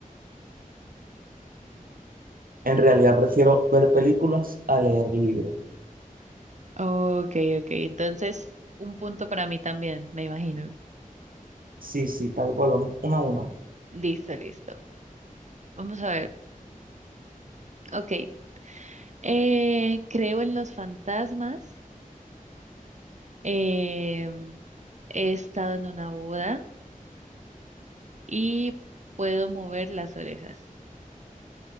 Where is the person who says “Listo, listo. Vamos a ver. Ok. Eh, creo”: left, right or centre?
Right